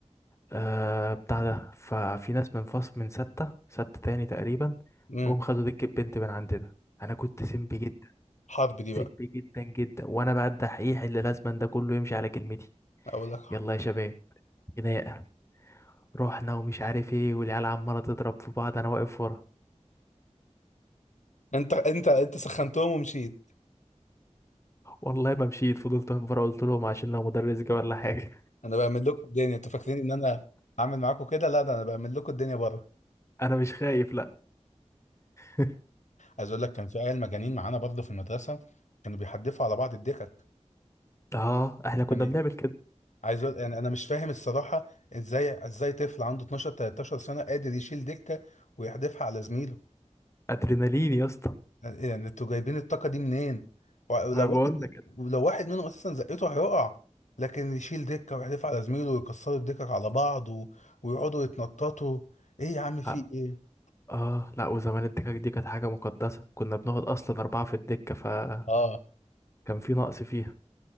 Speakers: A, on the left; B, on the left.
A: آه بتاع ده ففي ناس من فصل من ستة ستة تاني تقريبا
B: امم
A: جم خدوا دكة بنت من عندنا انا كنت سمبي جدا
B: حرب دي
A: سبي
B: بقى
A: جدا جدا وانا بقى الدحيح اللي لازم ده كله يمشي على كلمتي
B: اقول لك
A: يلا يا شباب خناقه رحنا ومش عارف ايه والعيال عماله تضرب في بعض انا واقف ورا
B: انت انت انت سخنتهم ومشيت
A: والله ما مشيت فضلت واقف ورا قلت لهم عشان لو مدرس جه ولا حاجه
B: انا بعمل لكم الدنيا انتوا فاكرين ان انا عامل معاكم كده لا ده انا بعمل لكم الدنيا بره
A: <laughs> انا مش خايف لا <laughs>
B: عايز اقول لك كان في عيال مجانين معانا برضه في المدرسه كانوا بيحدفوا على بعض الدكك
A: اه احنا كنا
B: يعني
A: بنعمل كده
B: عايز اقول يعني انا مش فاهم الصراحه ازاي ازاي طفل عنده 12 13 سنه قادر يشيل دكه ويحدفها على زميله
A: ادرينالين يا اسطى
B: يعني انتوا جايبين الطاقة دي منين؟ ولو
A: انا بقول
B: واحد
A: لك
B: ولو واحد منهم اساسا زقته هيقع لكن يشيل دكة ويحدف على زميله ويكسروا الدكك على بعض و... ويقعدوا يتنططوا ايه يا عم في
A: اه
B: ايه؟
A: آه، لا وزمان الدكك دي كانت حاجه مقدسه كنا بنقعد اصلا اربعه في الدكه فكان
B: اه
A: في نقص فيها